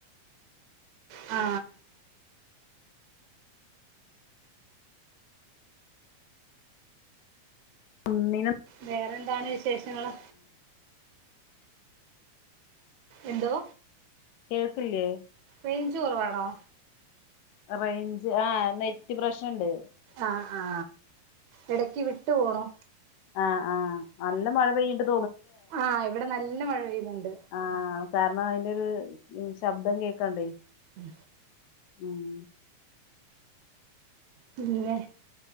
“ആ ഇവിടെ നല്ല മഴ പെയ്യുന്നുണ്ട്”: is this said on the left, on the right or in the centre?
Right